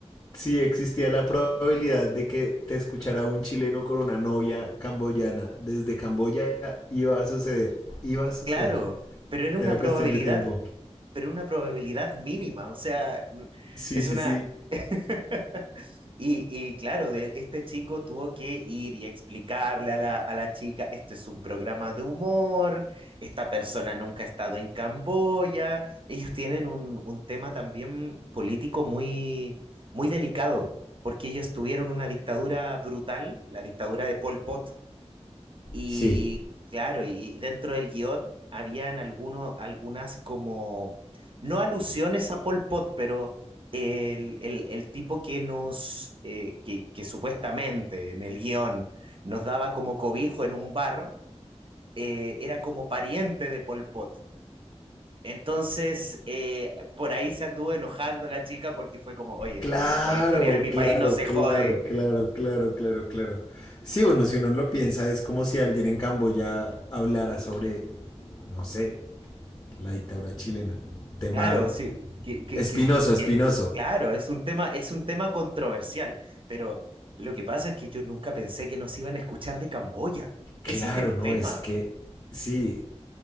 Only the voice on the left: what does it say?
si existía la probabilidad de que te escuchara un chileno con una novia camboyana desde Camboya, iba a suceder, iba a suceder.
Era
cuestión de tiempo.
Sí,
sí,
sí.
Sí.
Claro,
claro,
claro,
claro, claro, claro, claro. Sí, bueno, si uno lo piensa, es como si alguien en Camboya hablara sobre, no sé, la dictadura chilena. Tema
espinoso,
espinoso.
Claro,
no,
es que sí,